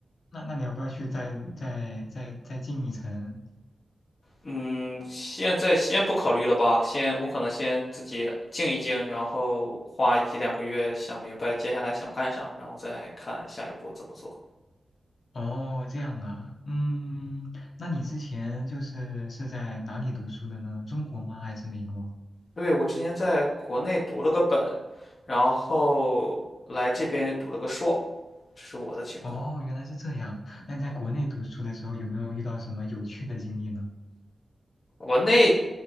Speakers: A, on the left; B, on the left.
A: 那那你要不要去再再再再进一层？
B: 嗯，现在先不考虑了吧，先我可能先自己静一静，然后花一两个月想明白接下来想干啥，然后再看下一步怎么做。
A: 哦，这样啊，嗯，那你之前就是是在哪里读书的呢？中国吗？还是美国？
B: 对，我之前在国内读了个本，然后来这边就读了个硕，这是我的情况。
A: 哦，原来是这样。那你在国内读书的时候有没有遇到什么有趣的经历呢？
B: 嗯，国内